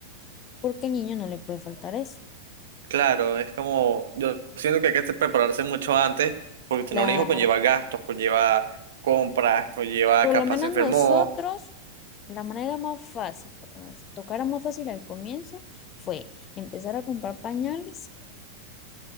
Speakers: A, on the left (about 30°); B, on the right (about 60°).
A: porque al niño no le puede faltar eso.
B: claro, es como, yo siento que hay que te- prepararse mucho antes, porque tener
A: La,
B: un hijo conlleva gastos, conlleva compras, conlleva
A: por
B: capaz
A: lo menos
B: se enfermó.
A: nosotros, la manera más fácil, porque nos tocara más fácil al comienzo, fue empezar a comprar pañales